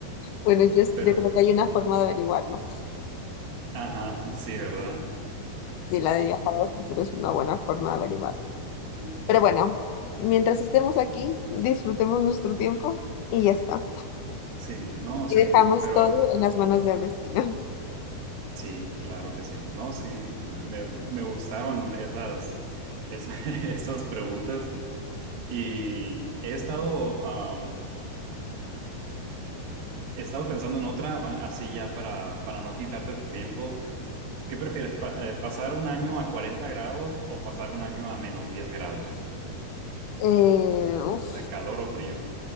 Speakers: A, on the left; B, on the right.
A: Bueno, yo,
B: pero,
A: yo creo que hay una forma de averiguarlo.
B: ajá, sí, ¿verdad?
A: Sí, la de viajar al futuro es una buena forma de averiguarlo.
B: Ajá.
A: Pero bueno, mientras estemos aquí, disfrutemos nuestro tiempo y ya está.
B: Sí, no,
A: Y
B: sí,
A: dejamos
B: pero
A: todo en las manos del destino. <laughs>
B: sí, claro que sí, no, sí, me, me gustaron esas, esas, <laughs> esas preguntas. Y he estado, am, he estado pensando en otra, así ya para, para no quitarte tu tiempo. ¿Qué prefieres, pa- eh, pasar un año a 40 grados o pasar un año a menos 10 grados?
A: Eh, uf,
B: O sea, calor o frío.